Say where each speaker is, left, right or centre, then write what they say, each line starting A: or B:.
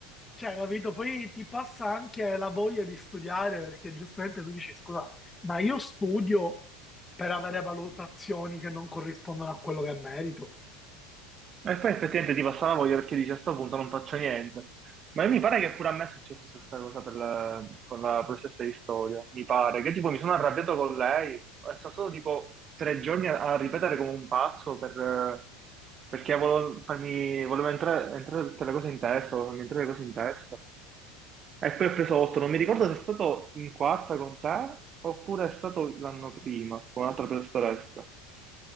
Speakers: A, on the left (about 15°); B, on the right (about 35°).
A: Cioè, capito? Poi ti passa anche la voglia di studiare, perché giustamente tu dici, scusa, ma io studio per avere valutazioni che non corrispondono a quello che merito.
B: E poi effettivamente ti passa la voglia perché dici a sto punto non faccio niente. Ma mi pare che pure a me è successa questa cosa per la- con la professoressa di storia. Mi pare che tipo mi sono arrabbiato con lei, è stato solo tipo tre giorni a, a ripetere come un pazzo per- perché volevo, farmi, volevo entrare, entrare tutte le cose in testa, volevo farmi entrare le cose in testa. E poi ho preso otto, non mi ricordo se è stato in quarta con te oppure è stato l'anno prima con un'altra professoressa.